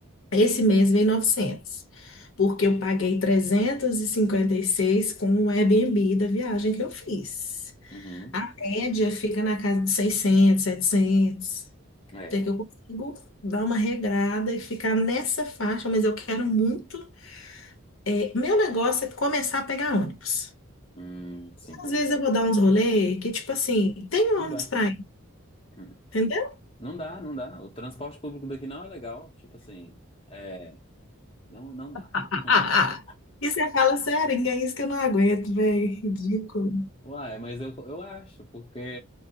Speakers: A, on the left; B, on the left.
A: Esse mês veio 900 porque eu paguei trezentos e e cinquenta e seis com o Airbnb da viagem que eu fiz.
B: Uhum.
A: A média fica na casa de 600, 700.
B: É.
A: Até que eu consigo dar uma regrada e ficar nessa faixa, mas eu quero muito. é, meu negócio é começar a pegar ônibus.
B: Hum, sim.
A: Às vezes eu vou dar uns rolê que, tipo assim, tem
B: Não
A: ônibus
B: dá.
A: pra ir,
B: Hum.
A: entendeu?
B: Não dá, não dá. O transporte público daqui não é legal. Tipo assim, é. Não, não dá.
A: <laughs>
B: Hum.
A: E você fala, sério, é isso que eu não aguento, velho. Ridículo.
B: Uai, mas eu, eu acho, porque